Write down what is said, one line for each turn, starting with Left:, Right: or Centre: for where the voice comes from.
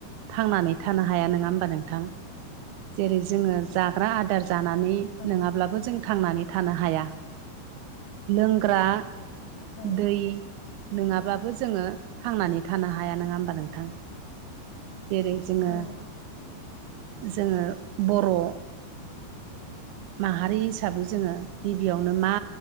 Right: थांनानै थानो हाया नङा होमबा नोंथां जेरै जोङो जाग्रा आदार जानानै
Left: औ
Right: नङाब्लाबो जों थांनानै थानो हाया लोंग्रा
Left: औ
Right: दै नङाब्लाबो जोङो थांनानै थानो हाया नङा होमबा नोंथां। जेरै जोङो
Left: औ
Right: जोङो बर' माहारि हिसाबै जोङो गिबियावनो मा।